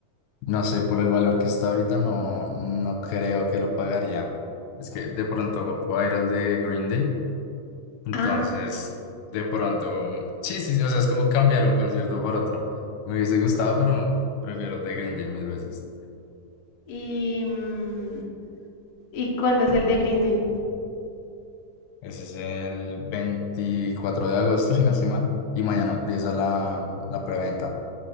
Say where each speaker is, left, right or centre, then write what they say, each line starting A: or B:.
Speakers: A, on the left; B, on the left.
A: no sé, por el valor que está ahorita, no, no creo que lo pagaría. Es que de pronto voy a ir al de Green Day, entonces,
B: Ah,
A: de pronto, mm, sí, sí, o sea, es como cambiar un concierto por otro. Me hubiese gustado, pero prefiero el de Green Day mil veces.
B: y, mm, ¿y cuándo es el de Green Day?
A: Ese es el 24 de agosto, si no estoy mal. Y mañana empieza la, la preventa.